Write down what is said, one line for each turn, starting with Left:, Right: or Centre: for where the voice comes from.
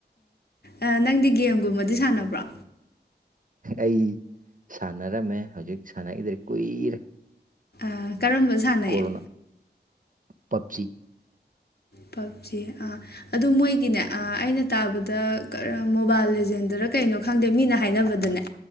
Left: ꯑ ꯅꯪꯗꯤ ꯒꯦꯝꯒꯨꯝꯕꯗꯤ ꯁꯥꯟꯅꯕ꯭ꯔꯣ
Right: ꯑꯩ ꯁꯥꯟꯅꯔꯝꯃꯦ ꯍꯧꯖꯤꯛ ꯁꯥꯟꯅꯒꯤꯗ꯭ꯔꯦ ꯀꯨꯏꯔꯦ
Left: ꯑ ꯀꯔꯝꯕ ꯁꯥꯟꯅꯩ
Right: ꯀꯣꯔꯣꯅꯥ ꯄꯞꯖꯤ
Left: ꯄꯞꯖꯤ ꯑ ꯑꯗꯨ ꯃꯣꯏꯒꯤꯅꯦ ꯑ ꯑꯩꯅ ꯇꯥꯕꯗ ꯀꯔꯝ ꯃꯣꯕꯥ꯭ꯏꯜ ꯂꯤꯖꯦꯟꯗꯔ ꯀꯩꯅꯣ ꯈꯪꯗꯦ ꯃꯤꯅ ꯍꯥꯏꯅꯕꯗꯅꯦ